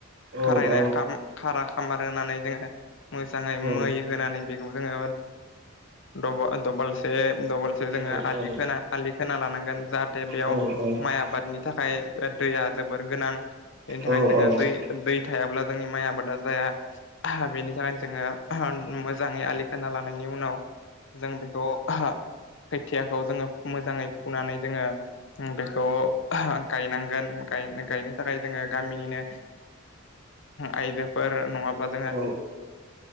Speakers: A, on the left; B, on the right.
A: खारायनाय
B: औ
A: खाम खारा खामार होनानै जोंङो मोजांङै
B: औ
A: मै होनानै बेखौ जोंङो दसे दलसे जोंङो
B: औ
A: आलि
B: औ
A: ख आलि खोना लानांगोन जा दे बेयाव
B: औ औ
A: माइ आबादनि थाखाय दैया जोबोर गोनां बेनि थाखायनो
B: औ
A: जोंङो दै दै थायाब्ला जोंनि माइ आबादा जाया बेनि थाखायनो जोंङो मोजाङै आलि खोना लानायनि उनाव जों बेखौ खोथियाखौ जोंङो मोजाङै फुनानै जोंङो बेखौ गायनांगोन गायनो थाखाय जोंङो गामिनिनो आइजोफोर नंङाब्ला जोंङो
B: औ